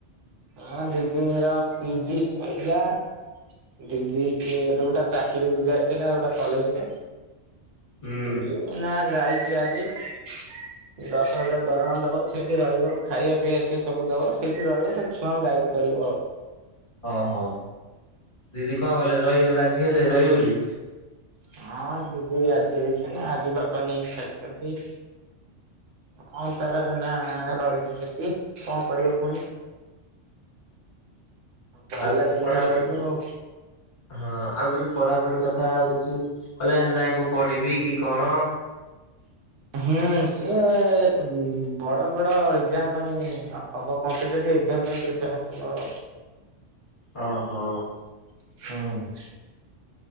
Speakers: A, on the right; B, on the left.
A: ହଁ ଦିଦିଙ୍କ ର ପିଜି ସଇଲା। ଦିଦି କେଆର ରେ ଗୋଟା ଚାକିରି ବୁଝା ହୋଇଥିଲା ଗୋଟା କଲେଜ ରେ।
B: ହୁଁ
A: ତି ନା ଯାଇଛି ଆଜି। ଦଶ ହଜାର ଦରମା ଦବ ସେଇଠି ରହିବ ଖାଇବା ପିଇବା ସିଏ ସବୁ ଦବ ସେଇଠି ରହିବ ଖାଲି। ଛୁଆଙ୍କୁ ଗାଇଡ କରିବ ଆଉ।
B: ଅହୋ ଦିଦି କଣ କଇଲେ ରହିବେ ରାଜି ହେଲେ ରହିବେ ବୋଲି।
A: ହଁ ଦିଦି ରାଜି ହେଇଚନି ଆଜି ବାପା ନେଇ ଛାଡିଚନ୍ତି। ହଁ ତାର ଏଇନା ରହିଛି ସେଠି କଣ କରିବ ପୁଣି। ଭଲ
B: ଆଉ
A: ଲାଗିଲେ
B: କିଛି ପଢାପଢି।
A: ରହିବ ଆଉ
B: ହଁ ଆଉ କିଛି ପଢାପଢି କଥା ଆଉ କିଛି କହିଲେ ନାଇଁ ମୁଁ ପଢିବି କି କଣ।
A: ହୁଁ ସିଏ ବଡ ବଡ ଏକଜାମ ପାଇଁ ହବ କମ୍ପିଟେଟିଭ ଏକଜାମ ପାଇଁ ପ୍ରିପେ <unintelligible>
B: ଓହୋ।
A: ହୁଁ।